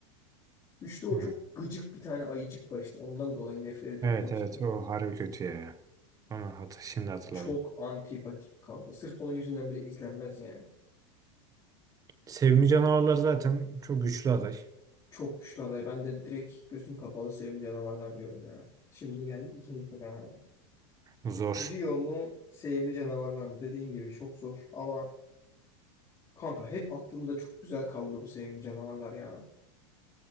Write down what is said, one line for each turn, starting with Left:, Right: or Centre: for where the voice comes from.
Left: Üçte o
Right: Hı.
Left: çok gıcık bir tane ayıcık var işte. Ondan dolayı nefret ediyorum
Right: Evet
Left: o açıkta.
Right: evet o harbi kötü ya. Ama hat şimdi hatırladım.
Left: Çok antipatik kanka. Sırf onun yüzünden bile izlenmez yani.
Right: Sevimli canavarlar zaten çok güçlü aday.
Left: Çok güçlü aday. Ben de direkt gözüm kapalı sevimli canavarlar diyorum ya. Şimdi geldik ikinci tura.
Right: Zor.
Left: Rio mu sevimli canavarlar mı? Dediğin gibi çok zor. Ama kanka hep aklımda çok güzel kaldı bu sevimli canavarlar ya.